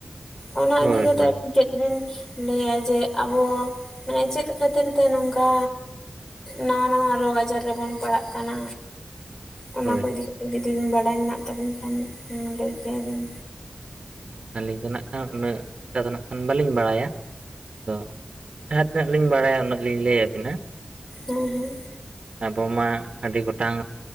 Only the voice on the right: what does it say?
ᱦᱳᱭ
ᱦᱳᱭ
ᱦᱳᱭ
ᱦᱳᱭ, ᱟᱹᱞᱤᱧ ᱫᱚ ᱱᱟᱜ ᱠᱷᱟᱱ ᱩᱱᱟᱹᱜ ᱴᱟ ᱫᱚ ᱱᱟᱜ ᱠᱷᱟᱱ ᱵᱟᱹᱞᱤᱧ ᱵᱟᱲᱟᱭᱟ᱾ ᱫᱚ ᱡᱟᱦᱟᱸ ᱛᱤᱱᱟᱹᱜ ᱞᱤᱧ ᱵᱟᱲᱟᱭᱟ ᱩᱱᱟᱹᱜ ᱞᱤᱧ ᱞᱟᱹᱭᱟᱵᱤᱱᱟ᱾
ᱟᱵᱚ ᱢᱟ ᱟᱹᱰᱤ ᱜᱚᱴᱟᱝ